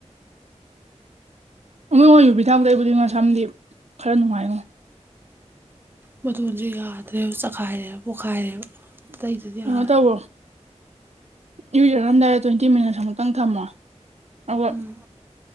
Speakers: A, on the right; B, on the right.
A: ꯅꯣꯏ ꯌꯨꯕꯤ ꯊꯥꯎ ꯇꯩꯕꯗꯤ ꯃꯁꯥꯝꯗꯤ ꯈꯔꯥ ꯅꯨꯡꯉꯥꯏꯉꯣ
B: ꯃꯇꯣꯟꯁꯨ ꯌꯥꯗ꯭ꯔꯦꯕ ꯆꯈꯥꯏꯔꯦꯕ ꯄꯣꯛꯈꯥꯏꯔꯦꯕ ꯑꯇꯩꯗꯨꯗꯤ
A: ꯀꯩꯅꯣ
B: ꯌꯥꯔꯦ
A: ꯇꯧꯋꯣ ꯏꯔꯨꯖꯔꯝꯗꯥꯏꯗ ꯇ꯭ꯋꯦꯟꯇꯤ ꯃꯤꯅꯠꯁ ꯑꯃꯨꯛꯇꯪ ꯊꯝꯃꯣ ꯑꯗꯨꯒ
B: ꯎꯝ